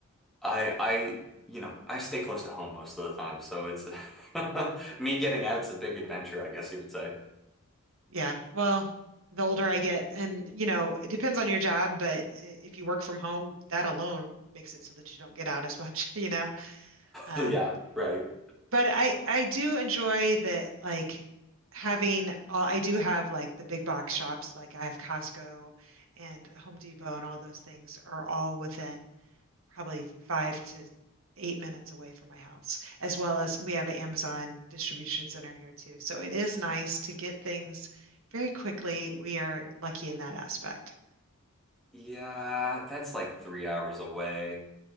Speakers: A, in the centre; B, on the right.
A: I, I, you know, I stay close to home most of the time. So it's <laughs> me getting out's a big adventure, I guess you could say. <laughs>
B: Yeah. Well, the older I get, and you know, it depends on your job, but i- if you work from home, that alone makes it so that you don't get out as much, <laughs> you know. Um,
A: Yeah, right.
B: but I I do enjoy the like having all, I do have like the big box shops, like I have Costco and Home Depot and all those things are all within probably five to eight minutes away from my house, as well as we have an Amazon distribution center here too. So it is nice to get things very quickly. We are lucky in that aspect.
A: Yeah, that's like three hours away.